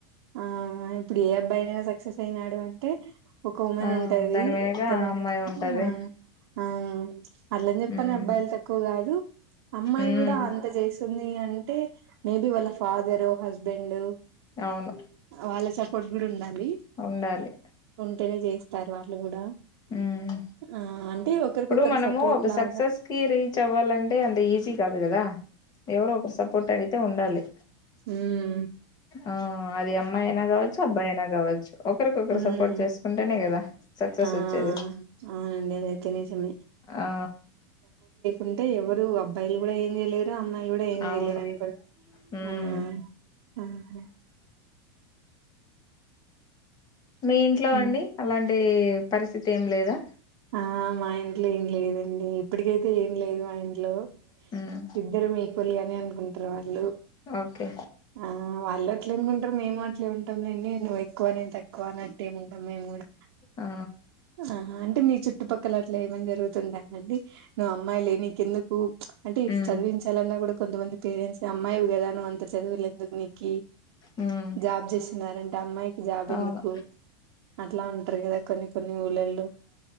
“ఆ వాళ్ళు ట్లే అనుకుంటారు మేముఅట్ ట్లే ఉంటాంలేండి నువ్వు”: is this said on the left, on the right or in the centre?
Right